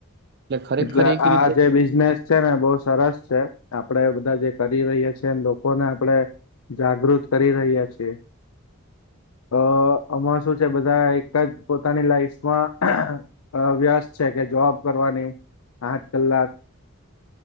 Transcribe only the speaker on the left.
એટલે
આ
જે બિઝનેસ છે ને બહુ સરસ છે આપડે બધા કરી રહ્યા છે ન લોકોને આપડે જાગૃત કરી રહ્યા છીએ. અ આમાં શું છે બધા એક જ પોતાની લાઈફમાં અ વ્યાસ છે કે જોબ કરવાની આઠ કલાક